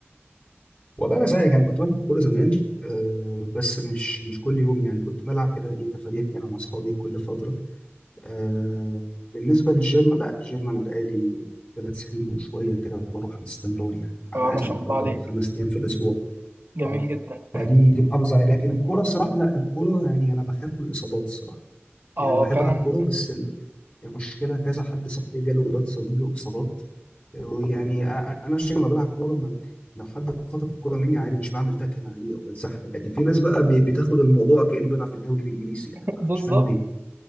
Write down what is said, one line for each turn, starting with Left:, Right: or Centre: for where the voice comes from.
Left: والله انا زيك انا كنت بلعب كوره زمان آه بس مش مش كل يوم يعني كنت بلعب كده ايه تفاريح كده مع اصحابي كل فتره آه بالنسبه للجيم لا الجيم انا بقالي ثلاث سنين وشويه كده بروح باستمرار يعني على
Right: آه
Left: الاقل
Right: ما
Left: مثلاً
Right: شاء الله
Left: اربع
Right: عليك
Left: او خمس ايام في الاسبوع
Right: جميل
Left: اه
Right: جدا
Left: فدي دي محافظ عليها لكن الكوره الصراحه لا الكوره يعني انا بخاف من الاصابات الصراحه يعني
Right: اه
Left: بحب
Right: آه، فعلا
Left: العب كوره بس ال- المشكله كذا حد صاحبي جاله رباط صليبي واصابات ويعني أ- انا عشان لما بلعب كوره ما لو حد خطف الكوره مني عادي مش بعمل تاكل عليه او بتزحلق لكن في ناس بقى بي- بتاخد الموضوع كانه بيلعب في الدوري الانجليزي يعني
Right: <laughs>
Left: فمش
Right: بالظبط
Left: فاهم ليه